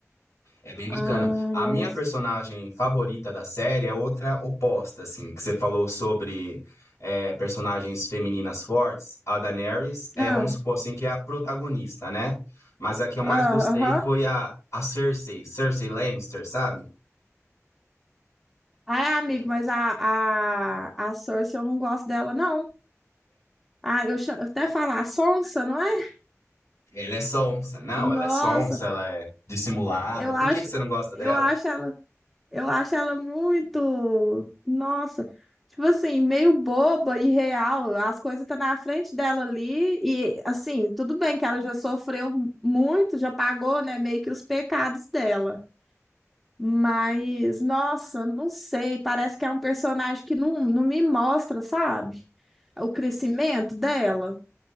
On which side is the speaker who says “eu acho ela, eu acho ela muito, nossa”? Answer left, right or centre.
Centre